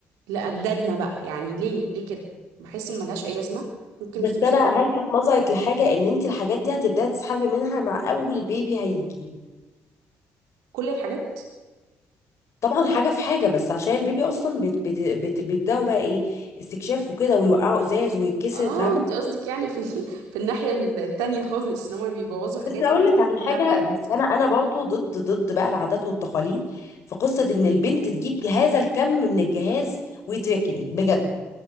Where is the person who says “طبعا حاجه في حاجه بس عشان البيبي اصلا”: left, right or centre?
Left